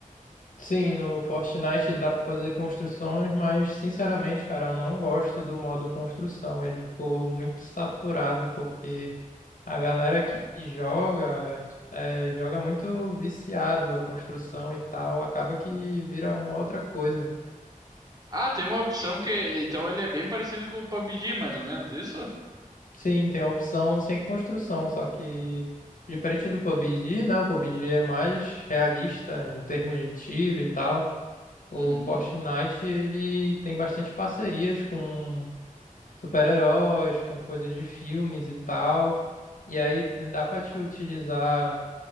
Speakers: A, on the left; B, on the right.
A: Sim, no Fortnite dá pra fazer construções, mas sinceramente, cara, eu não gosto do modo construção. Ele ficou muito saturado porque a galera que joga é, joga muito viciado a construção e tal, acaba que vira uma outra coisa.
B: Ah, tem uma opção que. Então ele é bem parecido com o PUBG, mais ou menos, isso?
A: Sim, tem a opção sem construção, só que diferente do PUBG, né? O PUBG é mais realista em termos de tiro e tal. O
B: Uhum.
A: Fortnite ele tem bastante parcerias com super-heróis, com coisas de filmes e tal. E aí né, dá pra te utilizar